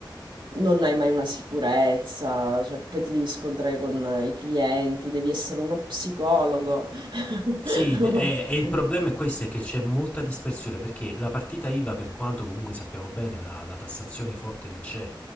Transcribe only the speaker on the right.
non hai mai una sicurezza, cioè, poi ti devi scontrare con eh, i clienti, devi essere uno psicologo. <laughs>